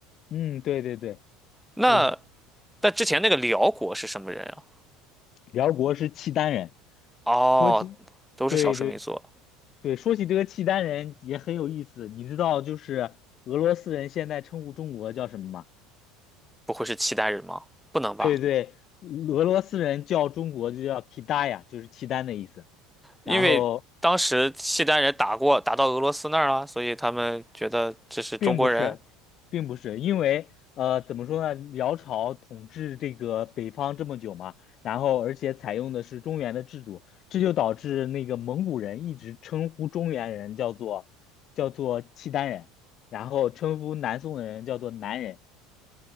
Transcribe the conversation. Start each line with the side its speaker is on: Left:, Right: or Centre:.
Left: 嗯，对对对，
Centre: 那
Left: 呃，
Centre: 但之前那个辽国是什么人啊？
Left: 辽国是契丹人。
Centre: 哦，
Left: 说起，
Centre: 都是少数民族，
Left: 对对对，说起这个契丹人也很有意思。你知道，就是俄罗斯人现在称呼中国叫什么吗？
Centre: 不会是契丹人吗？不能吧，
Left: 对对，俄罗斯人叫中国就叫 k i d a y a 就是契丹的意思。然后
Centre: 因为当时契丹人打过，打到俄罗斯那儿了，所以他们觉得这是中国人。
Left: 并不是，并不是，因为呃，怎么说呢？辽朝统治这个北方这么久嘛，然后而且采用的是中原的制度，这就导致那个蒙古人一直称呼中原人叫做叫做契丹人，然后称呼南宋的人叫做南人。